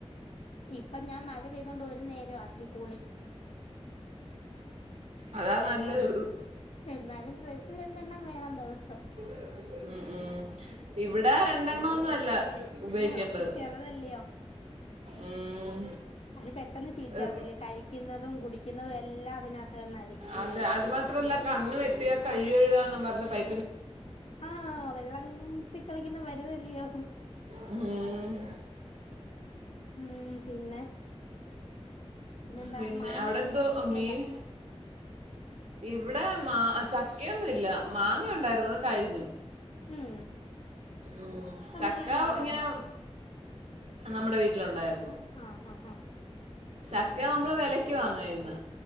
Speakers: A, on the left; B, on the right.
A: ഇപ്പൊ ഞാൻ മഴ പെയ്തൊണ്ട് ഒരു നേരാക്കി കുളി
B: അതാ നല്ലത്
A: എന്നാലും എന്നാലും ഡ്രസ്സ് രണ്ടെണ്ണം വേണം ദിവസം
B: ഉ ഉം ഇവിടെ രണ്ടെണ്ണോന്നു അല്ല ഉപയോഗിക്കേണ്ടത്
A: ആ അവിടെ ചെറുതല്യോ
B: ഉം
A: അവര് പെട്ടെന്ന് ചീത്താവൂലെ
B: ഏഹ്,
A: കഴിക്കുന്നതും കുടിക്കുന്നതും എല്ലാം അതിനകത്ത് തന്നെ
B: അതെ അത് മാത്രല്ല കണ്ണ് വെട്ടിയ കൈകഴുകാന്ന് പറഞ്ഞ് പൈ
A: ആ വെള്ളത്തി കളിക്കുന്ന പരുവല്യോ
B: ഉം
A: ഉം പിന്നെ പിന്നെന്താ
B: പിന്നെ
A: മാങ്ങയും
B: അവിടെ എന്തോ
A: ചക്കയൊക്കെ
B: മീൻ
A: ഉണ്ടോ
B: ഇവിടെ മാ ചക്കയൊന്നും ഇല്ല മാങ്ങണ്ടായിരുന്നു അത് കഴിഞ്ഞു
A: ഉം
B: ഉം
A: നമ്മുടെ
B: ചക്ക
A: വീട്ടിലുണ്ടായിരുന്നോ
B: ഇങ്ങനെ നമ്മടെ വീട്ടിലൊണ്ടായിരുന്നു
A: ആ ഹ ഹ
B: ചക്ക നമ്മള് വിലക്ക് വാങ്ങാ ചെയ്യ്ന്ന്